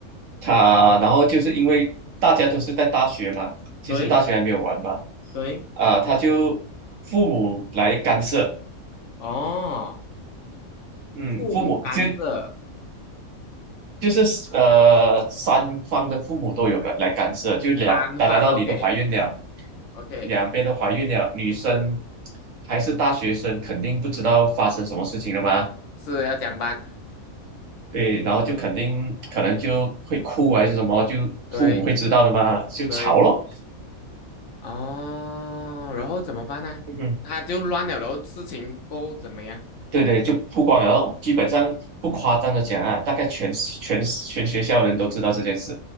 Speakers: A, on the right; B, on the left.
A: 他然后就是因为大家都是在大学嘛，其实大学还没有完嘛，
B: 对对，
A: 啊、他就父母来干涉，
B: 哦，
A: 嗯，
B: 父母干涉
A: 父母就就是呃三方的父母都有来干涉，就两，
B: 三方，OK
A: 打然到你都怀孕了。
B: OK，
A: 两边都怀孕了，女生
B: 是
A: 还是大学生，肯定不知道发生什么事情了嘛。
B: 是要讲班，
A: 对，然后就肯定可能就会哭还是什么，就父母会知道的嘛，
B: 对
A: 就吵咯。
B: 对。哦，然后怎么办呢？
A: 嗯，
B: 他就乱了，然后事情够怎么样？
A: 对对，就不光有，基本上不夸张的讲啊，大概全全全学校人都知道这件事。